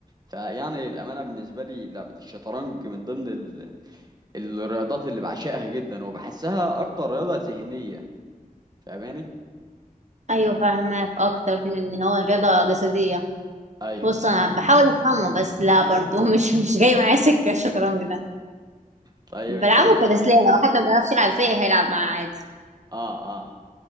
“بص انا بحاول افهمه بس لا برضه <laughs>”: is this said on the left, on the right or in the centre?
Right